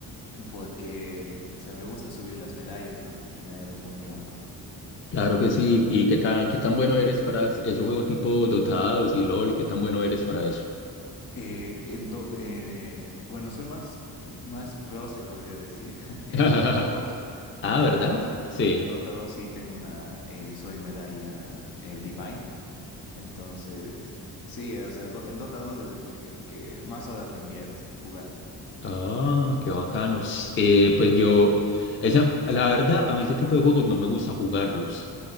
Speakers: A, on the left (about 80°); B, on the left (about 30°).
A: porque, o sea, me gusta subir las medallas, ¿no? Y tener un buen rango.
B: Claro que sí. ¿Y qué tan, qué tan bueno eres para es- ese juego tipo Dotados y LOL? ¿Qué tan bueno eres para eso?
A: Eh, en do- eh, bueno, soy más, más pro, se podría decir, <laughs> en
B: <laughs>
A: Dota dos En
B: Ah,
A: Dota
B: ¿verdad?
A: dos en,
B: Sí.
A: en- en Dota dos sí tengo una, eh, soy medalla eh, Divine. Entonces, sí, o sea, do- en Dota 2 es el que más horas me invierto jugando.
B: Ah, qué bacano. S- eh, pues yo, esa, la verdad, a mí ese tipo de juegos no me gusta jugarlos.